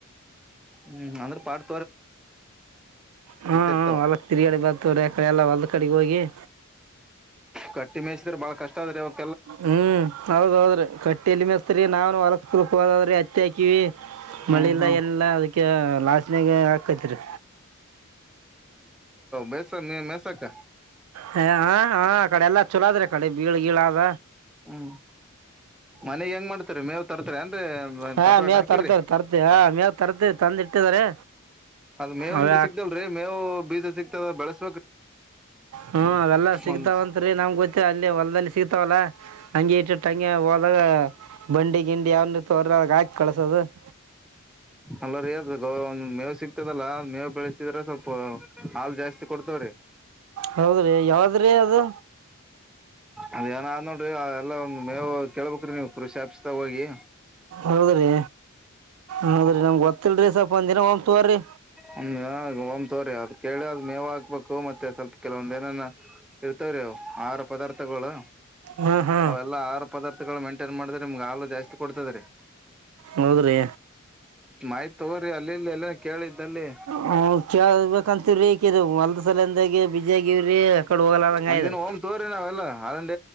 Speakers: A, in the centre; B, on the right.
A: ಹ್ಮ್ ಅಂದ್ರೆ ಪಾರ್
B: ಹಾ
A: ಇರ್ತಾವ
B: ಹೊಲಕ್ ತಿರ್ಗಡೆ ಬರ್ತವ್ರಡೆ ಎಲ್ಲ ಹೊಲ್ದ ಕಡೆ ಹೋಗಿ ಹ
A: ಕಟ್ಟಿ ಮೆಯಸಿದ್ರೆ ಬಾಳ ಕಷ್ಟ ಆದ್ರ ಇವಾಗ
B: ಹ್ಮ್ ಹೌದ ಹೌದ್ರಿ ಕಟ್ಟಿ ಇಲ್ಲಿ ಮೆಸ್ತರಿ ನಾವ ಹೊಲಸಪೂರ್ಕ ಹೋದಾದ್ರಿ ಹತ್ತಿ ಹಾಕಿವವಿ
A: ಹ್ಮ್
B: ಮಳೆ ಇಲ್ಲ
A: ಹ್ಮ್
B: ಏನಿಲ್ಲ ಅದಕ್ಕೆ ಲಾಶನ್ಾಗ ಹಾಕತ್ರಿ
A: ಮೇಸ ಮೆಸಕ
B: ಹ ಹ ಹ ಆ ಕಡೆ ಎಲ್ಲಾ ಚಲೋದ್ರೆ ಆ ಕಡೆ ಬೀಳ ಗೀಳಾದ
A: ಹ್ಮ್ ಮನೆಗ್ ಹೆಂಗ್ ಮಾಡ್ತಾರೆ ಮೇವ್ ತರ್ತ ಏನ್ರಿ ಒ
B: ಹಾ
A: ಸಪ್ರೇಟ್
B: ಮೇವ್
A: ಹಾಕಿರಿ
B: ತರ್ತೇವ್ರಿ ತರ್ತೇವಿ ಹಾ ಮೇವ್ ತರ್ತೇವಿ ತಂದಿಟ್ಟಿದಾರೆ
A: ಅದ ಮೇವಿಿಂದ
B: ಅವೇ
A: ಸಿಗ್ತಲ್ರಿ ಮೇವು ಬೀಜ ಸಿಗ್ತದ ಬೆಳಸ
B: ಹ್ಮ ಅವೆಲ್ಲಾ ಸಿಗ್ತಾವತ್ರಿ
A: ಒಂದ
B: ನಮ್ ಗೊತ್ತ ಅಲ್ಲಿ ಹೊಲ್ದಲ್ಲಿ ಸಿಗ್ತಾವಲ್ಲಾ ಹಂಗಿ ಇಟ್ಟಿಟ್ಟ ಹಂಗೆ ಹೋದಾಗ ಬಂಡಿ ಗಿಂಡಿ ಯಾವ ತೋರ್ರ ಹಾಕಿ ಕಳಸೋದು <inaudible>
A: ಅಲ್ಲಾರಿ ಮೇವು ಸಿಗ್ತದಲ್ಲ ಮೇವ್ ಬೆಳೆಸಿದ್ರ ಸ್ವಲ್ಪ ಹಾಲು ಜಾಸ್ತಿ ಕೊಡ್ತವ್ರೀ
B: ಹೌದ್ರಿ ಯಾವ್ದ್ರಿ ಅದು
A: ಅದೇ ನಾನು ಮೇವು ಕೇಳ್ಬೇಕ್ರಿ ನೀವು ಕೃಷಿ ಆಫೀಸ್ ದಾಗ ಹೋಗಿ
B: ಹೌದ್ರಿ ಹೌದ್ರಿ ನಮ್ಗ್ ಗೊತ್ತಿಲ್ರಿ ಸ್ವಲ್ಪ ಒಂದಿನ ಹೋಗ್ ತೋರಿ
A: ಹ ಒಂದ ತೋರಿ ಅದ ಕೇಳಿ ಅದ್ ಮೇವ್ ಹಾಕ್ಬೇಕು ಮತ್ತೆ ಸ್ವಲ್ಪ ಕೆಲವೊಂದ ಏನಾನ ಇರ್ತವ್ರಿವು ಆಹಾರ ಪದಾರ್ಥಗಳು
B: ಹಾ ಹಾ
A: ಅವೆಲ್ಲಾ ಆಹಾರ ಪದಾರ್ಥಗಳು ಮೇಂಟೈನ್ ಮಾಡಿದ್ರೆ ನಿಮ್ಗೆ ಹಾಲು ಜಾಸ್ತಿ ಕೊಡ್ತದೆರಿ
B: ಹೌದ್ರಿ
A: ಮಾಹಿತಿ ತಗೋರಿ ಅಲ್ಲಿಲ್ಲಿ ಎಲ್ಲ ಕೇಳಿದ್ದಲ್ಲಿ
B: ಹ ಕೇಳಬೇಕಂತವ್ರಿ ಈಕಿದು ಹೊಲದ ಸಲಿಂದಾಗ ಬಿಜಿ ಆಗವ್ರಿ ಆಕಡೆ ಹೋಗಲಂಗದ್ರರಿ
A: ಒಂದಿನ ತೋರಿ ನಾವೆಲ್ಲ ಹಾಲು ಡೈರಿ